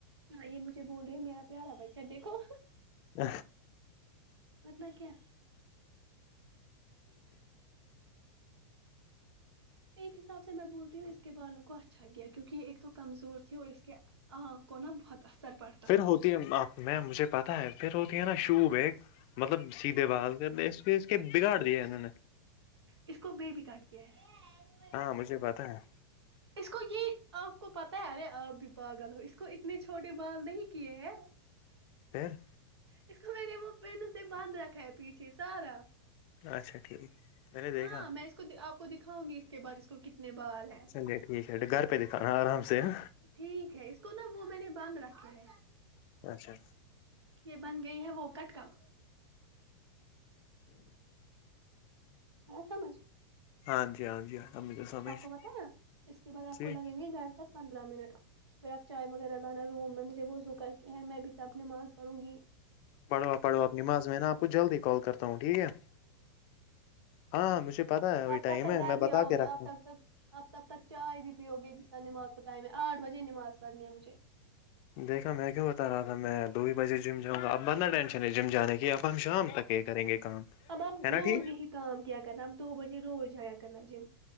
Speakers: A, on the right; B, on the left.
A: ہاں یہ مجھے بول رہے ہیں میرا پیارا بچہ دیکھو
B: ہے
A: بٹنا کیا ایک حساب سے میں بولتی ہوں اس کے بالوں کو اچھا گیا کیونکہ یہ ایک تو کمزور تھی اور اس کے آپ کو نہ بہت اثر پڑتا ہے
B: پھر ہوتی ہے آپ میں مجھے پتاہ ہے پھر ہوتی ہے نا شوب ایک مطلب سیدھے بہال کر اس اس کے بگاڑ دیا انہوں نے
A: اس کو بے بھی کاٹ کیا ہے
B: ہاں مجھے پتا ہے
A: اس کو یہ آپ کو پتہ ہے ارے آپ بھی پاگل ہو اس کو اتنے چھوٹے بال نہیں کیے ہیں
B: پھر
A: اس کو میں نے وہ پین سے باندھ رکھا ہے پیچھے سارا
B: اچھا ٹھیک میں نے
A: ہاں
B: دیکھا
A: میں اس آپ کو دکھاؤں گی اس کے بع اس کو کتنے بال ہیں
B: چلیے ٹھیک ہے گھر پہ دکھانا آرام سے ہاں
A: ٹھیک ہے اس کو نا وہ میں نے بند رکھا ہے
B: اچھا
A: یہ بن گئی ہے وہ کٹ کر ایا سمجھ
B: ہاں جی ہاں جی ہاں مجھے سمیش
A: آپ کو بتایا ہے اس کے بعد آپ
B: جی
A: کو لگیں گے گھر تک پندرہ منٹ پھر اب چائے وغیرہ لانا روم میں مجھے وضو کر کے ہے میں بھی اب نماز پڑھوں گی
B: پڑھو پڑھو اپ نماز میں نا آپ کو جلدی کال کرتا ہوں ٹھیک ہے ہاں ہاں مجھے پتا ہے وہی
A: اب تب
B: ٹائم
A: تک
B: ہے
A: گھر
B: میں
A: بھی
B: بتا
A: آؤ
B: کے
A: گے
B: رکھتا
A: اب تب تک اب تب تک چائے بھی پیؤ گے جتنا نماز کو ٹائم ہے آٹھ بجے نماز پڑھنی ہے مجھے
B: دیکھا میں کیوں بتا رہا تھا میں دو ہی بجے جم جاؤ گا اب بدتنا ٹینشن ہے جم جانے کی یہ اب ہم شام تک یہ کریں گے کام
A: اب آپ
B: ہے نا
A: روز
B: ٹھیک
A: یہی کام کیا کرنا اب دو بجے روز جایا کرنا جم